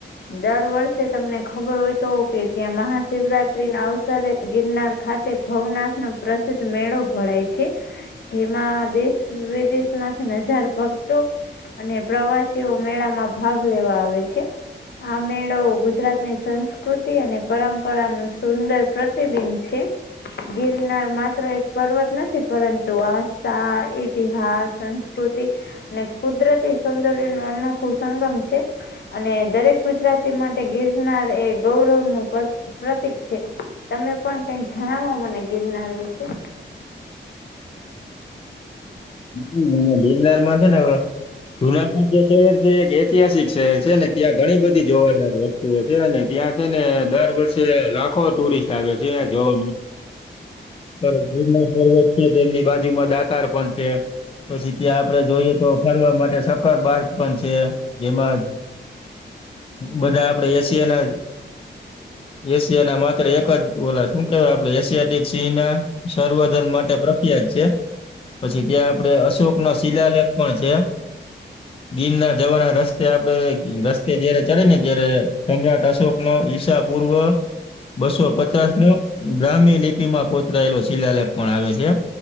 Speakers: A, on the left; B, on the left.
A: દર વર્ષે તમને ખબર હોય તો કે ત્યાં મહાશિવરાત્રી ના અવસરે ગિરનાર ખાતે ભવનાથ નો પ્રસિદ્ધ મેળો ભણાય છે જેમાં દેશ વિદેશમાંથી નજાર ભક્તો અને પ્રવાસીઓ મેળામાં ભાગ લેવા આવે છે. આ મેળો ગુજરાત ની સંસ્કૃતિ અને પરંપરા નું સુંદર પ્રતિબિંબ છે. ગિરનાર માત્ર એક પર્વત નથી પરંતુ આસ્થા ઈતિહાસ સંસ કૃતિ અને કુદરતી સૌંદર્ય ન અનોખું સંગમ છે અને દરેક ગુજરાતી માટે ગિરનાર એ ગૌરવ નું પ પ્રતિક છે તમે પણ કઈક જણાવો મને ગિરનાર વિશે.
B: <unintelligible> ગિરનારમાં છે ને જુનાગઢ જે શહેર છે એક ઐતિહાસિક શહેર છે ને ત્યાં ઘણી બધી જોવા <unintelligible> તો છે ને ત્યાં છે ને દર વર્ષે લાખો ટુરિસ્ટ આવે છે જોવા જો ગિરનાર પર્વત છે ને તેમની બાજુમાં દા <unintelligible> પણ છે પછી ત્યાં આપડે જોઈએ તો ફરવા માટે સકારર બાગ પણ છે જેમાં બધા આપણેે એસી એના એશિયા ના માત્ર એક જ ઓલ શું કેવાય આપણે એશિયાક સિંહ ના સર્વધન માટે પ્ર <unintelligible> છે. પછી ત્યાં આપડે અશોક નો શિલાલેખ પણ છે. ગીર ના જવાના રસ્તે આપડે રસ્તે જયારે ચડે ને જય્યારે સમ્રાટ અશોક નો ઈશા પૂર્વ બસો પચાસ નો ગ્રામ્ય લિપીમાં કુતરાયેલો શિલાલેખ પણ આવે છે.